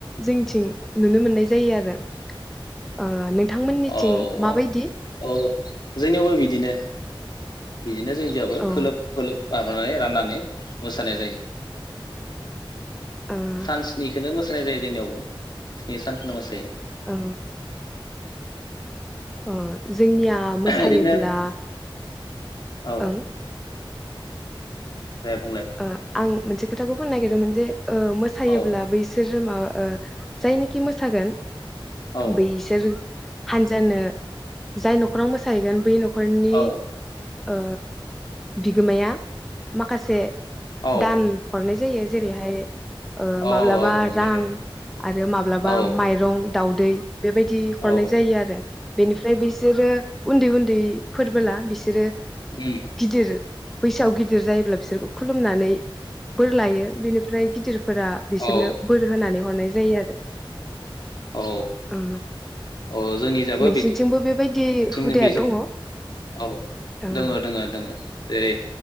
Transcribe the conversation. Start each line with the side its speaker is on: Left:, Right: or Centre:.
Centre: जोंथिं नुनो मोननाय जायो ओ नों नोंथांमोननिथिं
Left: औ औ
Centre: माबायदि?
Left: औ जोंनियावबो बिदिनो। बिदिनो जोंनियावबो
Centre: औ
Left: खोलोब खोलोब माबानानै राननानै मोसानाय जायो।
Centre: ओ ओं
Left: सान स्निखौनो मोसा जानाय जायो जोंनियावबो स्नि सानखौनो मोसायो।
Centre: औ औ जोंनिया मोसायोब्ला
Left: ओरैनो औ।
Centre: ओं
Left: दे बुंलाय
Centre: ओ आं मोनसे खोथाखौ होननो नागिरदोंमोन जे ओ मोसायोब्ला
Left: औ
Centre: बैसोर जोमा ओ जायनिखि मोसागोन
Left: औ
Centre: बैसोर हानजानो जाय न'खराव मोसाहैगोन बै न'ख न'खरनि।
Left: औ
Centre: ओ बिगोमाया माखासे।
Left: औ
Centre: दान हद हरनाय जायो जेरैहाय ओ
Left: औ
Centre: माब्लाबा
Left: औ नंगौ
Centre: रां
Left: दे
Centre: आरो माब्लाबा
Left: औ
Centre: माइरं दाउदै बेबायदि हरनाय
Left: औ
Centre: जायो आरो। बेनिफ्राय बिसोरो उन्दै उन्दै फोरबोला बिसोरो
Left: उम
Centre: गिदिर बैसोआव गिदिर जायोब्ला फिसोरखौ खुलुमनानै बोर लायो बेनिफ्राय गिदिर फोरा बिसोरनो
Left: औ
Centre: बोर होनानै हरनाय जायो आरो।
Left: औ
Centre: ओ
Left: औ जोंनि जाबो
Centre: नोंसिनिथिंबो
Left: बिदि
Centre: बेबायदि हुदाया
Left: बिथिं
Centre: दङ ओं
Left: औ
Centre: ओं
Left: दोङो दोङो दोङो जेरै